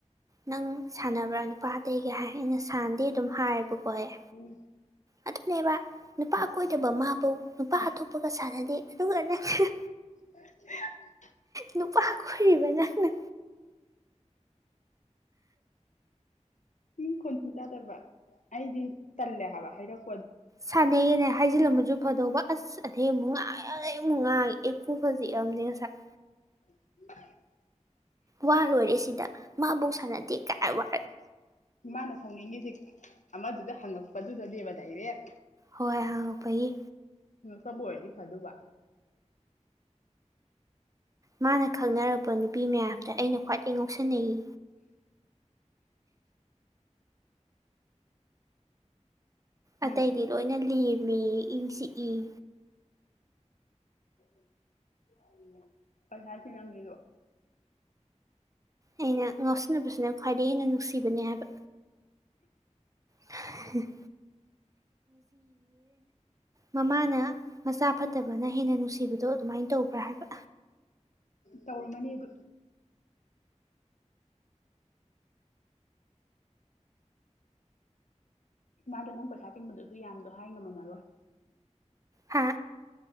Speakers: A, on the right; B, on the left.
A: ꯅꯪ ꯁꯥꯟꯅꯕ꯭ꯔꯥ ꯅꯨꯄꯥ ꯑꯇꯩꯒ ꯍꯥꯏ ꯑꯩꯅ ꯁꯥꯟꯗꯦ ꯑꯗꯨꯝ ꯍꯥꯏꯌꯦꯕꯀꯣ ꯑꯦ
B: ꯎꯝ
A: ꯑꯗꯨꯅꯦꯕ ꯅꯨꯄꯥ ꯀꯣꯏꯗꯕ ꯃꯥꯕꯧ ꯅꯨꯄꯥ ꯑꯇꯣꯛꯄꯒ ꯁꯥꯟꯅꯗꯦ <unintelligible>
B: <inaudible>
A: ꯅꯨꯄꯥ ꯀꯣꯏꯔꯤꯕ ꯅꯪꯅ
B: ꯏ ꯈꯣꯟꯊꯤ ꯆꯥꯗꯕꯔꯥ ꯑꯩꯗꯤ ꯇꯜꯂꯦ ꯍꯥꯏꯕ ꯍꯩꯔꯛ
A: ꯁꯥꯟꯅꯩꯌꯦꯅ ꯍꯥꯏꯖꯤꯜꯂꯝꯃꯁꯨ ꯐꯗꯧꯕ ꯑꯁ ꯑꯗꯩ ꯃꯨꯛ ꯉꯥꯡꯑꯦ ꯑꯃꯨꯛ ꯉꯥꯡ ꯑꯦ ꯀꯣꯛꯀ ꯆꯤꯛꯑ ꯕꯅꯦ ꯉꯁꯥꯏ
B: <inaudible>
A: ꯋꯥ ꯂꯣꯏꯔꯦ ꯁꯤꯗ ꯃꯥꯕꯧ ꯁꯥꯟꯅꯗꯦ ꯀꯥꯏ ꯋꯥ
B: ꯏꯃꯥꯅ ꯁꯧꯅꯤꯡꯉꯤꯁꯤ ꯑꯃꯗꯨꯗ ꯍꯪꯉꯛꯄꯗꯨꯗꯅꯦꯕ ꯗꯥꯏꯔꯦꯛ
A: ꯍꯣꯏ ꯍꯉꯛꯄꯒꯤ
B: ꯍꯉꯛꯇꯕ ꯑꯣꯏꯗꯤ ꯐꯥꯗꯨꯕ
A: ꯃꯥꯅ ꯈꯪꯅꯔꯛꯄ ꯅꯨꯄꯤ ꯃꯌꯥꯝꯗꯩ ꯑꯩꯅ ꯈ꯭ꯋꯥꯏꯗꯩ ꯉꯥꯎꯁꯤꯟꯅꯩ ꯌꯦ ꯑꯇꯩꯗꯤ
B: ꯅꯪ ꯀꯩ
A: ꯂꯣꯏꯅ ꯂꯦꯝꯃꯤ ꯏꯪ ꯆꯤꯛꯏ ꯌꯦ
B: <inaudible> ꯀꯩ ꯍꯥꯏꯈꯤ ꯅꯪꯗꯤ ꯑꯗꯨ
A: ꯑꯩꯅ ꯉꯥꯎꯁꯤꯟꯅꯕꯁꯤꯅ ꯈ꯭ꯋꯥꯏꯗꯒꯤ ꯍꯦꯟꯅ ꯅꯨꯡꯁꯤꯕꯅꯦ ꯍꯥꯏꯕ <unintelligible> ꯃꯃꯥꯅ ꯃꯆꯥ ꯐꯠꯇꯕꯅ ꯍꯦꯟꯅ ꯅꯨꯡꯁꯤꯕꯗꯣ ꯑꯗꯨꯃꯥꯏ ꯇꯧꯕ꯭ꯔꯥ ꯍꯥꯏꯕ
B: ꯇꯧꯔꯝꯃꯅꯤ ꯑꯗꯨ ꯃꯥꯗꯣ ꯅꯪ ꯄꯩꯁꯥ ꯇꯤꯟꯕꯗꯨꯁꯨ ꯌꯥꯝꯗꯣ ꯍꯥꯏ ꯉꯝꯃꯝꯃꯔꯣꯏ
A: ꯍꯥ